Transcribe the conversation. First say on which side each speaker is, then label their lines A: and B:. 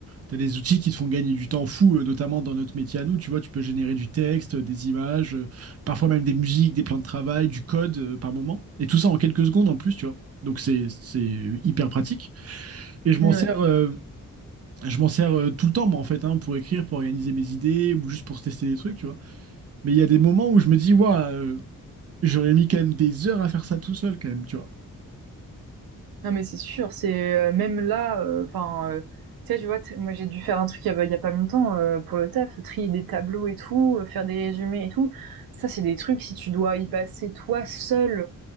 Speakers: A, on the right; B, on the right.
A: Tu as des outils qui te font gagner du temps fou, euh, notamment dans notre métier à nous. Tu vois, tu peux générer du texte, euh, des images, euh, parfois même des musiques, des plans de travail, du code euh, par moment. Et tout ça en quelques secondes en plus, tu vois. Donc, c'est, c'est hyper pratique. Et je
B: Ouais.
A: m'en sers. euh, je m'en sers euh, tout le temps, moi, en fait, hein, pour écrire, pour organiser mes idées ou juste pour tester des trucs, tu vois. Mais il y a des moments où je me dis, ouais, euh, j'aurais mis quand même des heures à faire ça tout seul, quand même, tu vois.
B: Non mais c'est sûr, c'est euh, même là, euh, enfin, euh, tu sais, je vois, t- moi j'ai dû faire un truc il y a, il y a pas longtemps euh, pour le taf, trier des tableaux et tout, euh, faire des résumés et tout. Ça c'est des trucs si tu dois y passer toi seul